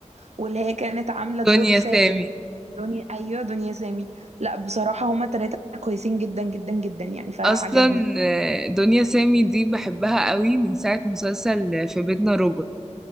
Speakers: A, on the right; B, in the centre.
A: واللي هي كانت عاملة دور
B: دنيا
A: فاتن
B: سامي
A: دنيا ايوه دنيا سامي لا بصراحة هما تلاتة كويسين جدا جدا جدا يعني فعجبني
B: اصلا آه، دنيا سامي دي بحبها قوي من ساعة مسلسل في بيتنا روبوت